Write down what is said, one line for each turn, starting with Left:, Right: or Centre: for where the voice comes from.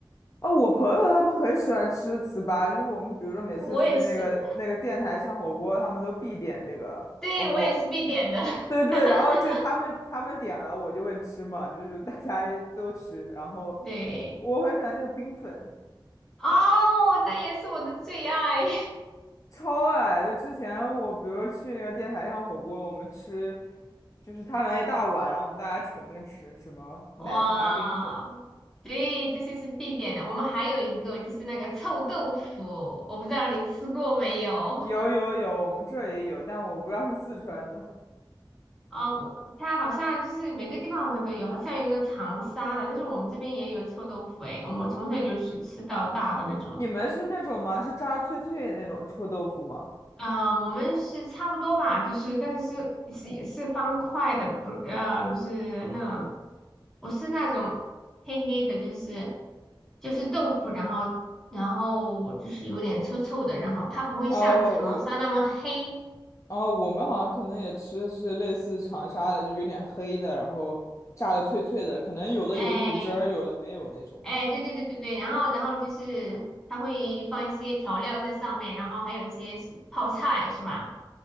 Left: 哦，我朋友他们很喜欢吃糍粑，就是我们比如说每次去那个那个电台巷火锅，
Centre: 我也是，
Left: 他们都必点这个。
Centre: 对，
Left: 哦，我
Centre: 我也是必点的。
Left: 对对，
Centre: <laughs>
Left: 然后就他们他们点了，我就会吃嘛，就是大家一都吃。然后
Centre: 对，
Left: 我很喜欢那个冰粉，
Centre: 哦，那也是我的最爱。
Left: 超爱。就之前我比如说去那个电台巷火锅，我们吃就是他拿一大碗，然后我们大家盛着吃，什么奶茶冰粉。
Centre: <laughs> 哇，对，这些是必点的。我们还有一个就是那个臭豆腐，我不知道你吃过没有。
Left: 有有有，我们这儿也有，但我不知道是四川的。
Centre: 哦，我它好像就是每个地方好像都有，好像有个长沙的，但是我们这边也有臭豆腐诶，我们从小就是吃到大的那种。
Left: 你们是那种吗？是炸脆脆的那种臭豆腐吗？
Centre: 啊、我们是差不多吧，就是但是是是也是方块的，不呃就是那种不是那种黑黑的，就是就是豆腐，然后然后就是有点臭臭的，然后它不会像长沙那么黑，
Left: 哦，我哦，我们好像可能也吃是类似长沙的，就有点黑的，然后炸的脆脆的，可能有的有卤汁儿，
Centre: 哎、
Left: 有的没有那种。
Centre: 哎，对对对对对，然后然后就是它会放一些调料在上面，然后还有一些是泡菜是吧？